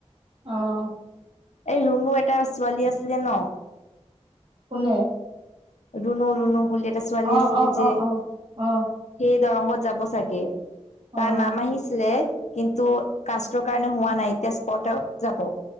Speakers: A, on the right (about 50°); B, on the left (about 80°).
A: অঁ'
B: এই ৰুনু এটা ছোৱালী আছিলে ন,
A: কোনে
B: ৰুনু ৰুনু বুলি টা আছিল
A: অ', অ',
B: যে,
A: অ', অ'। অ',
B: সে দৰংগত যাব চাগে।
A: অ',
B: তাৰ নাম আহিছিলে, কিন্তু কাষ্টৰ কাৰণে হোৱা নাই, এতিয়া স্পটত যাব।